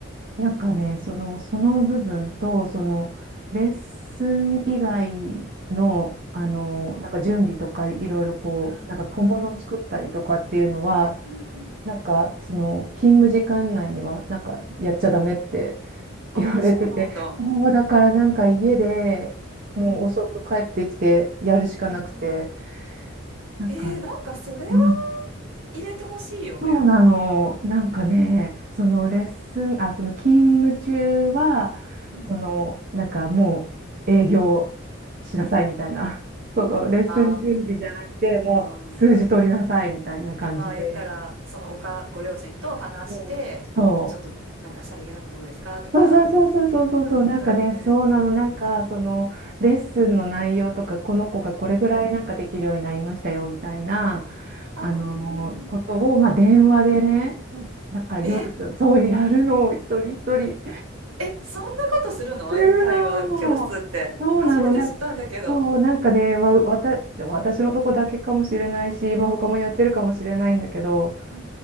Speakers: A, on the right; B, on the right.
A: なんかね、
B: ええ。
A: その、その部分と、
B: うん
A: その、レッスン以外の、あの、
B: うんうん。
A: なんか準備とか、いろいろこう、
B: ああ、
A: なんか小物作ったりとかっていうのは、
B: うんうん。あうんうん。
A: なんか、その、勤務時間内には、なんか、やっちゃダメって
B: あ、
A: 言われてて、
B: そうなんだ。
A: もうだからなんか家でもう遅く帰ってきてやるしかなくて、
B: うん。うんうん。
A: なんか、
B: えーなんかそれは
A: うん、
B: 入れてほしいよね。
A: そうなの、なんかね、そのレッスン、あ、その勤務中は、
B: うん。
A: そのなんかもう営業しなさいみたいな、そのレッスン準備じゃなくて、
B: あ
A: もう数字取りなさいみたいな感じで、
B: ーまあ言ったら、そのおかご両親と話して、
A: うん、そう。
B: ちょっとなんかさりげなくどうですかとか。
A: そうそうそうそうそうそうそう、
B: うん、
A: なんかね、
B: だよね。
A: そうなの、
B: うんうん。
A: なんか、その、レッスンの内容とか、この子がこれぐらいなんかできるようになりましたよ、
B: うんうん。
A: みたいな、
B: あ、
A: あのーことを、
B: うんうんうん。
A: まあ、電話でね、なんか夜と、
B: え！
A: そうやるのを一人一人、
B: え、そんなことするの？
A: するの。
B: 英会話教室って。
A: そうなの、
B: 初めて知ったんだけど。
A: なんか、そう、なんかね、まあ、わた、でも私のとこだけかもしれないし、まあ、他もやってるかもしれないんだけど、
B: うん。う